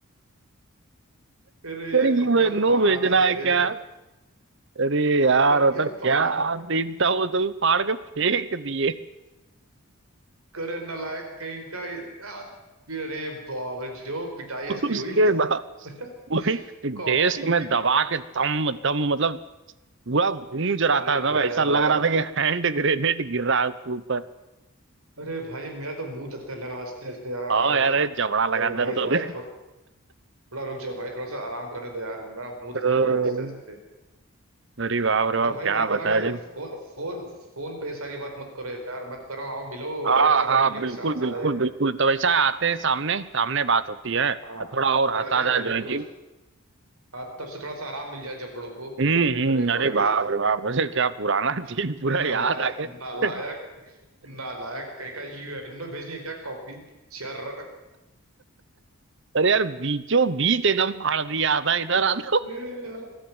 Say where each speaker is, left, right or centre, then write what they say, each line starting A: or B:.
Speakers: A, on the right (about 80°); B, on the right (about 55°).
A: अरे
B: अरे
A: यार कपिया
B: यूएनओ
A: फाड़
B: भेजना
A: दी
B: है
A: अरे
B: क्या
A: यार
B: अरे यार
A: कपिया
B: मतलब क्या
A: फाड़
B: दिन था वो तो फाड़ के फेंक दिए
A: करे नालायक कहीं का यार अरे बाप रे जो पिटाई इसकी
B: उसके
A: हुई
B: बाद
A: मतलब
B: वही डेस्क
A: कॉपी
B: में
A: के
B: दबा के दम दम मतलब पूरा गूंज रहा
A: अरे
B: था
A: भाई
B: सब ऐसा लग
A: भाई
B: रहा था कि हैंड ग्रेनेड गिर रहा है उसके ऊपर
A: अरे भाई मेरा तो मुंह तत्कर लगा हंसते हंसते यार
B: आओ यार ये जबड़ा
A: भाई
B: लगा
A: भाई
B: दर्द होने
A: भाई थोड़ा थोड़ा रुक जाओ भाई थोड़ा सा आराम करने दो यार मेरा मुंह
B: अह,
A: तत्कर लगा हंसते हंसते
B: अरे बाप रे बाप
A: तो भाई
B: क्या
A: मैं
B: बताया
A: कह रहा हूँ यार
B: जी
A: फोन फोन फोन पे ये सारी बात मत करो यार मत करो आओ मिलो
B: हाँ
A: एक साथ
B: हाँ
A: मिलके
B: बिल्कुल
A: हंसा हंसा
B: बिल्कुल बिल्कुल तब ऐसा आते हैं सामने सामने बात होती है
A: हाँ
B: थोड़ा और हंसा
A: अरे
B: जाए
A: बिल्कुल
B: जो है कि
A: हाँ तब से थोड़ा सा आराम मिल जाए जबड़ों को
B: हम्म हम्म
A: अरे
B: अरे
A: भाई
B: बाप रे बाप अरे क्या पुराना
A: <laughs>
B: दिन पूरा
A: नालायक
B: याद आ गया
A: नालायक नालायक कहीं का यूएनओ भेजनी है क्या कॉपी चर
B: अरे यार बीचों बीच एकदम फाड़ दिया था इधर आता
A: ये यार,